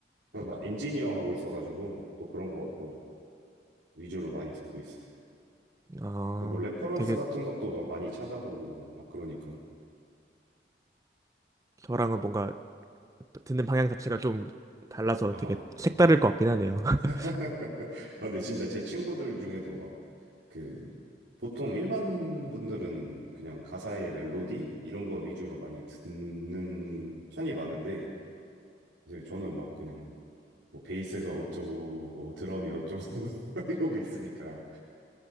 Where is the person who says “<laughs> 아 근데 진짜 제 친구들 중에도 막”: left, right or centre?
Right